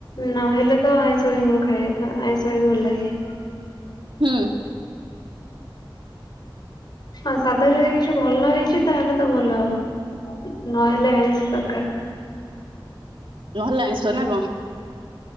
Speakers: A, on the left (about 55°); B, on the right (about 80°).
A: ନହେଲେ ତ ଆଇଁଷ ହିଁ ମୁଁ ଖାଏ ଆଇଁଷ ହିଁ ଭଲ ଲାଗେ।
B: ହୁଁ।
A: ହଁ ସାଧା ଯଦି କିଛି ଭଲ ହେଇଛି ତାହେଲେ ତ ଭଲ ହବ ନହେଲେ ଆଇଁଷ ଦରକାର।
B: ଭଲ ଆଣିସିବ ନା କଣ <unintelligible>